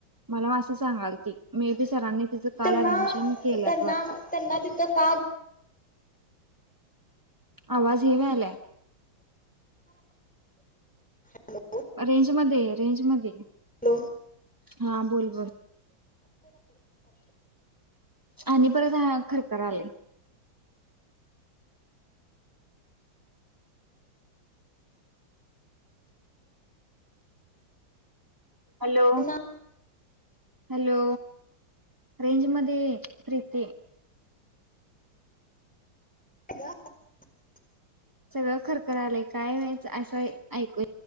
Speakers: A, on the right; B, in the centre.
A: मला असं सांगालती मे बी सरांनी तिचं काल
B: त्यांना
A: ॲडमिशन केल्यात
B: त्यांना
A: वाटतं.
B: त्यांना तिथं का
A: आवाज हे व्हयालाय.
B: हॅलो
A: रेंजमध्ये ये रेंजमध्ये.
B: हॅलो
A: हा बोल बोल. आणि परत हा खरखर आलंय. हॅलो
B: त्यांना
A: हॅलो रेंजमध्ये ये प्रीती.
B: <unintelligible>
A: सगळं खरखरं आलंय काय व्हायचं असं ऐकू